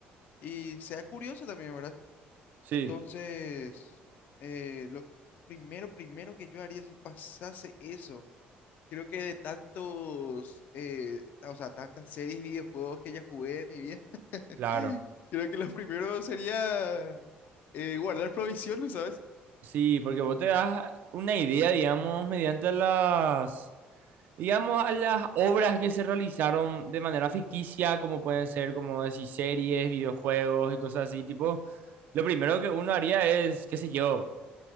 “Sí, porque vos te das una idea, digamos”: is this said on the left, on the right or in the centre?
Right